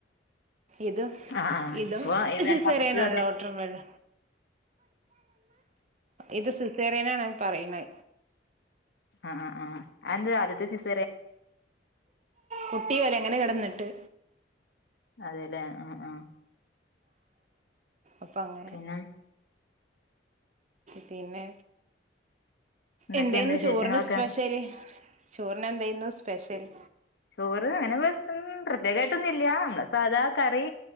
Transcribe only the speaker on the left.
ആ ആ
ഇപ്പൊ ഇത്
രണ്ടാമത്തത് അതെ
ആഹ് ആഹ് അയെന്ത് ആദ്യത്തെ സിസേറി-
അതേല്ലേ ആഹ് ആഹ്
പിന്നെ
എന്തൊക്കെയുണ്ട്
വിശേഷങ്ങളൊക്കെ
ചോറ് അങ്ങനെ പ്രത്യേകായിട്ടൊന്നും ഇല്ല നമ്മള് സാദാ കറി